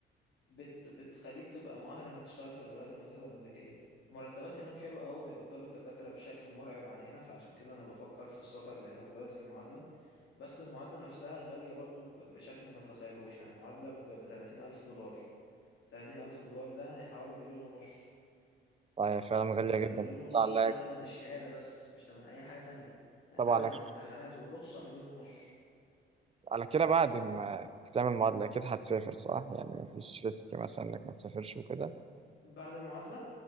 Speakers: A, on the left; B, on the right.
A: بت بتخليك تبقى مؤهل انك تشتغل في الولايات المتحده الامريكيه مرتبات هناك حلوه قوي بيقدروا الدكاتره بشكل مرعب عن هنا فعشان كده انا بفكر في السفر لهناك وبدات في المعادله بس المعادله نفسها غاليه برضو ب- بشكل ما تتخيلهوش يعني معادله ب 30000 دولار 30000 دولار ده يعني حوالي مليون ونص
B: طيب فعلا
A: ده,
B: غالية
A: ده
B: جدا
A: مليون ونص
B: بس على
A: ده تمن الشهادة بس مش تمن أي حاجة تانية يعني
B: طب
A: تمن
B: على
A: الامتحانات والرخصة مليون ونص
B: على كده بعد ما تعمل معادلة اكيد هتسافر صح؟ يعني مفيش ريسك مثلا انك ما تسافرش وكده
A: بعد المعادلة